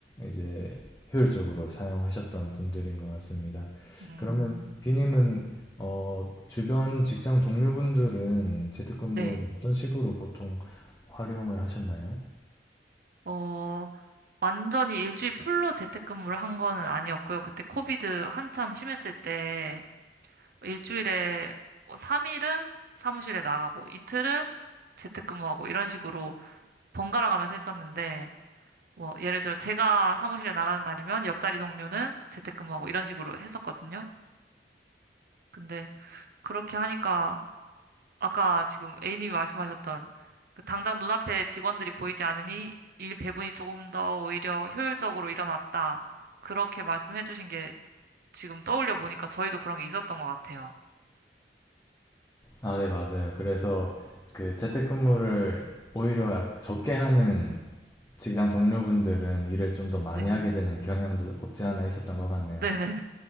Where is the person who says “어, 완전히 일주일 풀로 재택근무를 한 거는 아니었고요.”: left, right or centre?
Right